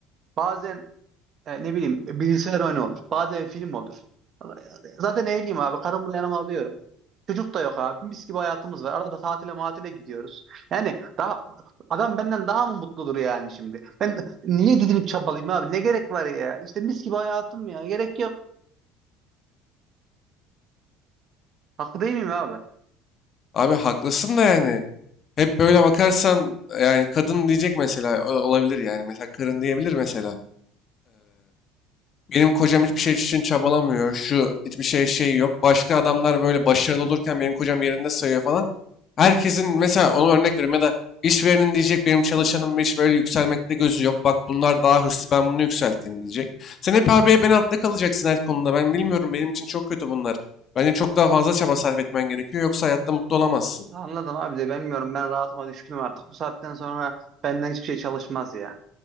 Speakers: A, on the right; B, on the left.
A: Bazen e, ne bileyim bilgisayar oyunu olur. Bazen film olur. Zaten evliyim abi. Karımı da yanıma alıyorum. Çocuk da yok abi. Mis gibi hayatımız var. Arada tatile matile gidiyoruz. Yani daha adam benden daha mı mutludur yani şimdi? Ben niye didinip çabalayayım abi? Ne gerek var ya? İşte mis gibi hayatım ya. Gerek yok. Haklı değil miyim abi?
B: Abi haklısın da yani. Hep böyle bakarsan yani kadın diyecek mesela o- olabilir yani. Mesela karın diyebilir mesela. Benim kocam hiçbir şey için çabalamıyor. Şu hiçbir şey şey yok. Başka adamlar böyle başarılı olurken benim kocam yerinde sayıyor falan. Herkesin mesela ona örnek vereyim ya da işverenin diyecek benim çalışanım hiç böyle yükselmekte gözü yok. Bak bunlar daha hırslı ben bunu yükselteyim diyecek. Sen hep abiye ben altta kalacaksın her konuda. Ben bilmiyorum benim için çok kötü bunlar. Bence çok daha fazla çaba sarf etmen gerekiyor yoksa hayatta mutlu olamazsın.
A: Anladım abi de bilmiyorum. Ben rahatıma düşkünüm artık. Bu saatten sonra benden hiçbir şey çalışmaz ya.